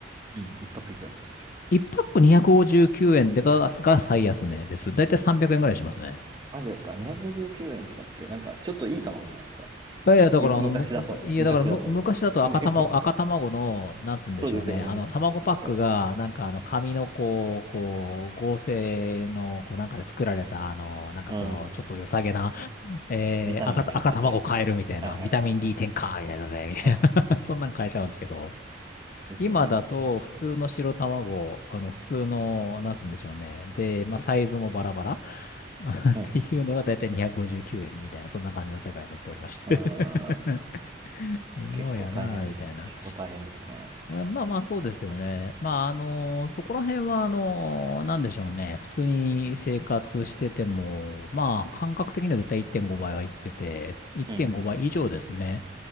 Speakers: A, on the right; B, on the left.
A: うん。ックいくらするんでしょ
B: ?1 パック259円でガスが最安値です。
A: う。259円。
B: だいたい300円ぐらいしますね。
A: え、マジですか ?259 円とかって、なんかちょっといい卵じゃないですか。
B: いやいや、だからあの、
A: い、昔だと。
B: むいや、
A: 昔だと。
B: だからむ、昔だと赤卵、
A: ね。<laughs>
B: 赤卵の、なんつうんでしょうね。
A: そうですよね。
B: あの、卵パックが、
A: なんか、
B: なんかあの、紙のこう、こう、合成の、こう、なんかで作られた、あの、なんかこう、
A: うん。
B: ちょっと良さげな、えー、
A: ビタミン入ってるやつみたいな。
B: 赤、赤卵買えるみたいな、
A: はいはいはいはい。
B: ビタミン D 添加みたいだぜ、みたいな。
A: うんうんうん。
B: <laughs> そんなん買えちゃうんですけど。
A: ですよね。
B: 今だと普通の白卵、あの普通の、なんつうんでしょうね。で、まあサイズもバラバラ <laughs> っていうのがだいたい259円みたいな、
A: うん。
B: そんな感じの世界になっておりまして
A: ああ、
B: <laughs> 微妙やなみたいな。
A: 結構大変、結構大変ですね。
B: あまあまあ、そうですよね。まあ、あのそこら辺は、あのなんでしょうね。普通に生活してても、まあ、感覚的には絶対1.5倍はいってて、1.5倍以上ですね。
A: うん、うん、